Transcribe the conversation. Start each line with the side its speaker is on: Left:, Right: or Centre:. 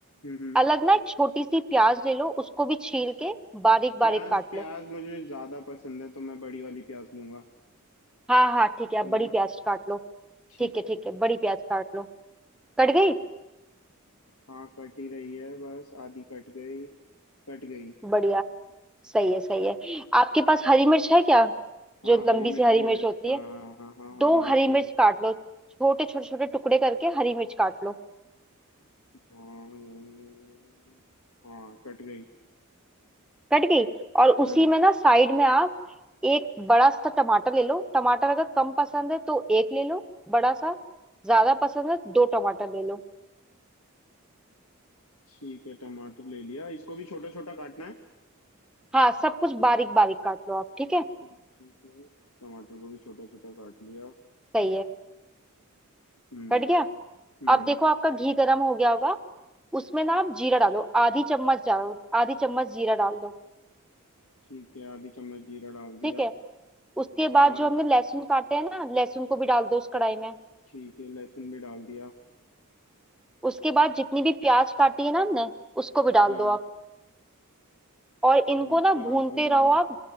Left: हम्म हम्म
Centre: अलग ना एक छोटी सी प्याज ले लो उसको भी छील के बारीक
Left: प्याज
Centre: बारीक काट
Left: प्याज
Centre: लो
Left: मुझे ज्यादा पसंद है तो मैं बड़ी वाली प्याज लूंगा
Centre: हाँ हाँ ठीक है
Left: चलेगा
Centre: आप बड़ी प्याज काट लो
Left: ठीक
Centre: ठीक है
Left: है
Centre: ठीक है बड़ी प्याज काट लो कट गई
Left: हाँ कट ही रही है बस आधी कट गई कट गई
Centre: बढ़िया सही है सही है आपके पास हरी मिर्च है क्या जो
Left: हाँ हरी
Centre: लंबी
Left: मिर्च
Centre: सी हरी
Left: भी
Centre: मिर्च
Left: है हाँ
Centre: होती है
Left: हाँ हाँ हाँ
Centre: दो
Left: हरी मिर्च
Centre: हरी
Left: भी
Centre: मिर्च
Left: है
Centre: काट लो छोटे छोटे छोटे टुकड़े करके हरी मिर्च काट लो
Left: हाँ हाँ कट गई
Centre: कट गई और
Left: हम्म
Centre: उसी में ना साइड में आप एक बड़ा सा टमाटर ले लो टमाटर अगर कम पसंद है तो एक ले लो बड़ा सा ज्यादा पसंद है दो टमाटर ले लो
Left: ठीक है टमाटर ले लिया इसको भी छोटा छोटा काटना है
Centre: हाँ सब कुछ बारीक बारीक काट लो आप ठीक है
Left: तो ठीक है टमाटर को भी छोटा छोटा काट लिया
Centre: सही है
Left: हम्म
Centre: कट गया
Left: हम्म
Centre: अब देखो आपका घी गर्म हो गया होगा उसमें ना आप जीरा डालो आधी चम्मच डालो आधी चम्मच जीरा डाल दो
Left: ठीक है आधी चम्मच जीरा डाल
Centre: ठीक
Left: दिया
Centre: है उसके बाद
Left: हाँ
Centre: जो हमने लहसुन काटे हैं ना लहसुन को भी डाल दो उस कढ़ाई में
Left: ठीक है लहसुन भी डाल दिया
Centre: उसके बाद जितनी भी प्याज काटी है ना हमने उसको भी डाल
Left: हाँ हाँ
Centre: दो आप और
Left: हाँ,
Centre: इनको ना
Left: प्याज
Centre: भूनते
Left: भी डाल
Centre: रहो
Left: दी
Centre: आप